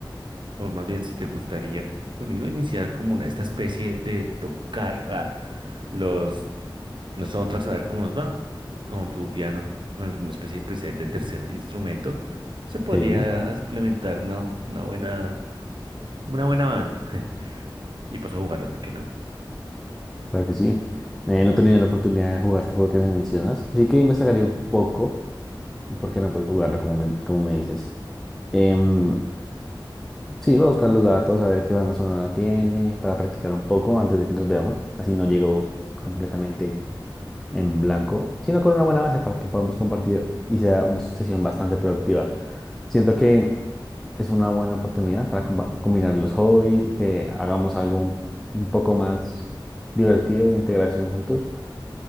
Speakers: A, on the right (about 70°); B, in the centre.
A: O más bien si te gustaría conmigo iniciar como una, esta especie de tocar a los, los soundtracks a ver cómo nos van. Con tu piano, con alguna especie de preset de tercer instrumento, se podría
B: Sí,
A: implementar una, una buena, una buena banda. <laughs> Y paso a jugarlo, ¿por qué no?
B: claro que sí. Eh, no he tenido la oportunidad de jugar este juego que me mencionas, así que investigaré un poco y por qué no puedes jugarlo, como me, como me dices. Em, sí, voy a buscar los datos, a ver qué banda sonora tiene, para practicar un poco antes de que nos veamos. Así no llego completamente en blanco, sino con una buena base para que podamos compartir y sea una sesión bastante productiva. Siento que es una buena oportunidad para comba- combinar los hobbies y que hagamos algo un poco más divertido de integración juntos.